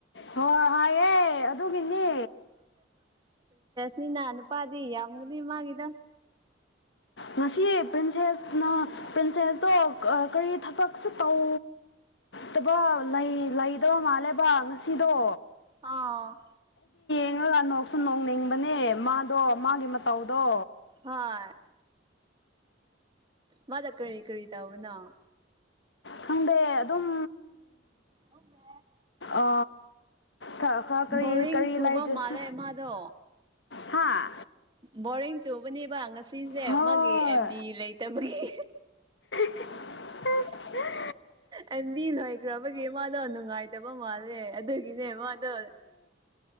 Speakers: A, on the left; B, on the right.
A: ꯍꯣꯏ ꯍꯥꯏꯑꯦ ꯑꯗꯨꯒꯤꯅꯦ
B: ꯅꯤꯡꯅꯄꯥꯗꯤ ꯌꯥꯝꯒꯗꯤ ꯃꯥꯒꯤꯗ
A: ꯉꯁꯤ ꯄ꯭ꯔꯤꯟꯁꯦꯁꯅ ꯄ꯭ꯔꯤꯟꯁꯦꯁꯇꯣ ꯀꯔꯤ ꯊꯕꯛꯁꯨ ꯇꯧ ꯇꯕ ꯂꯩꯗꯕ ꯃꯥꯜꯂꯦꯕ ꯉꯁꯤꯗꯣ
B: ꯑꯥ
A: ꯑꯩꯉꯒ ꯅꯣꯛꯁꯨ ꯅꯣꯡꯅꯤꯡꯕꯅꯦ ꯃꯥꯗꯣ ꯃꯥꯒꯤ ꯃꯇꯧꯗꯣ
B: ꯍꯣꯏ ꯃꯥꯗ ꯀꯔꯤ ꯀꯔꯤ ꯇꯕꯅ
A: ꯈꯪꯗꯦ ꯑꯗꯨꯝ
B: ꯑꯣ ꯃ
A: ꯑ ꯈ ꯀꯔꯤ
B: ꯕꯣꯔꯤꯡ
A: ꯀꯔꯤ
B: ꯆꯨꯕ
A: ꯂꯥꯏꯗ꯭ꯔꯁꯨ
B: ꯃꯥꯜꯂꯦ ꯃꯥꯗꯣ
A: ꯍꯥꯥ
B: ꯕꯣꯔꯤꯡ ꯆꯨꯕꯅꯦꯕ ꯉꯁꯤꯁꯦ
A: ꯍꯣꯏ
B: ꯃꯥꯒꯤ ꯑꯦꯝꯕꯤ ꯂꯩꯇꯕꯒꯤ
A: ꯍ
B: ꯑꯦꯝꯕꯤ ꯂꯣꯏꯈ꯭ꯔꯕꯒꯤ ꯃꯥꯗꯣ ꯅꯨꯡꯉꯥꯏꯇꯕ ꯃꯥꯜꯂꯦ ꯑꯗꯨꯒꯤꯅꯦ ꯃꯥꯗꯣ